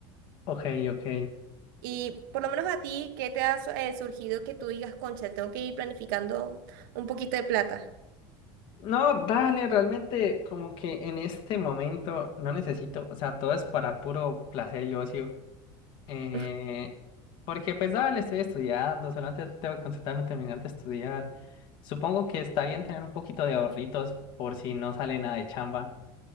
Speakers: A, on the left; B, on the right.
A: Ok, ok.
B: Y por lo menos a ti, ¿qué te ha su- eh, surgido que tú digas, concha, tengo que ir planificando un poquito de plata?
A: No, dale, realmente como que en este momento no necesito, o sea, todo es para puro placer y ocio. Eh,
B: <laughs>
A: porque pues dale, estoy estudiando, solamente tengo que concentrarme en terminar de estudiar. Supongo que está bien tener un poquito de ahorritos por si no sale nada de chamba.